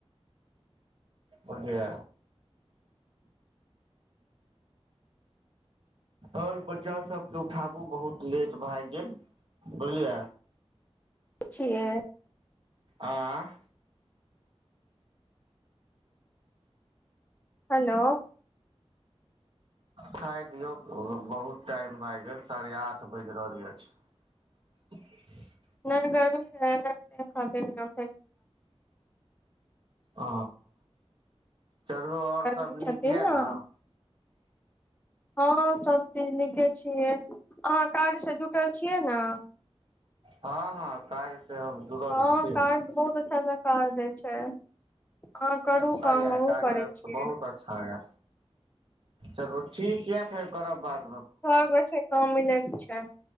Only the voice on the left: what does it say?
छि ए
हेलो
नहि गरमी रहै राते कतेने
गरमी
छथिन
न
हँ सब तिनके छियै अहाँ कार्यसँ जुटल छियै न
हँ
कार्य बहुत अच्छा अच्छा कार्य दै छै अहाँ करू
काम
हमहुँ
करै
छियै
घर बैठल काम मिलैत छै